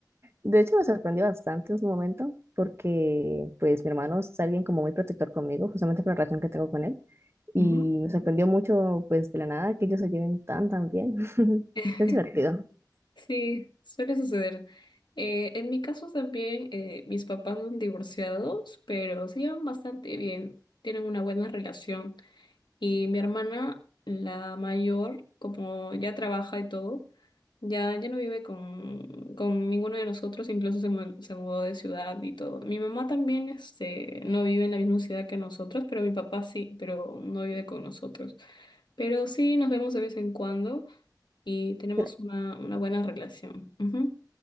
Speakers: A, on the right; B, on the left.
A: De hecho, me sorprendió bastante en su momento porque pues mi hermano es alguien como muy protector conmigo, justamente por la relación que tengo con él. Y
B: Ujú.
A: me sorprendió mucho pues de la nada que ellos se lleven tan tan bien. <laughs>
B: <laughs>
A: Es divertido.
B: Sí, suele suceder. Eh, en mi caso también, eh, mis papás son divorciados, pero se llevan bastante bien, tienen una buena relación. Y mi hermana, la mayor, como ya trabaja y todo, ya, ya no vive con, con ninguno de nosotros, incluso se, mu- se mudó de ciudad y todo. Mi mamá también, este, no vive en la misma ciudad que nosotros, pero mi papá sí, pero no vive con nosotros. Pero sí nos vemos de vez en cuando y tenemos
A: Pero-
B: una, una buena relación. Ujú.